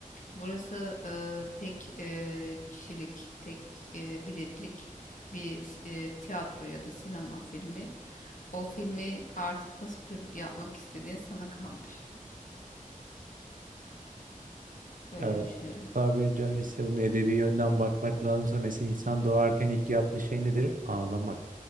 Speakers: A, on the left; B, on the right.
A: Burası e, tek e, kişilik, tek e, biletlik bir s- e, tiyatro ya da sinema filmi. O filmi artık nasıl tür yapmak istediğin sana kalmış. Öyle
B: Ya,
A: düşünüyorum.
B: tabiri caizse bunu edebi yönden bakmak lazımsa mesela insan doğarken ilk yaptığı şey nedir? Ağlamak.